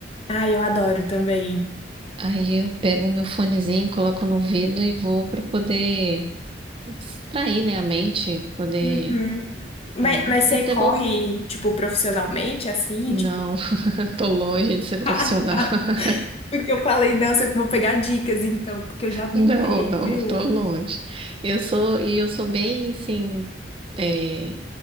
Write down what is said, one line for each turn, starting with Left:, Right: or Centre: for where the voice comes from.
Left: Ah, eu adoro também.
Right: Aí eu pego o meu fonezinho, coloco no ouvido e vou para poder distrair, né, a mente, poder.
Left: Uhum. Mas,
Right: É,
Left: mas você
Right: é até
Left: corre,
Right: bom. que-
Left: tipo, profissionalmente, assim,
Right: Não,
Left: tipo. <laughs>
Right: <laughs> eu tô longe de ser
Left: Ah,
Right: profissional.
Left: tá.
Right: <laughs>
Left: Porque eu falei, nossa, eu vou pegar dicas então, porque eu já tentei,
Right: Não, não,
Left: viu?
Right: tô longe. Eu sou, e eu sou bem, assim, é,